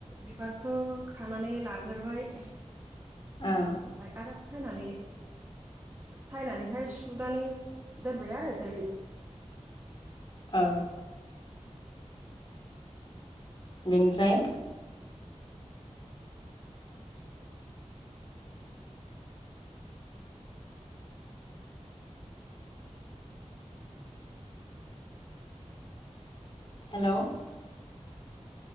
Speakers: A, on the right; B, on the left.
A: बिबारखौ खानानै लाग्रोबाय। ओमफाय
B: औ
A: आरोब सायनानै सायनानैहाय सुनानै दोनबाय आरो। दै
B: औ बेनिफ्राय हेल'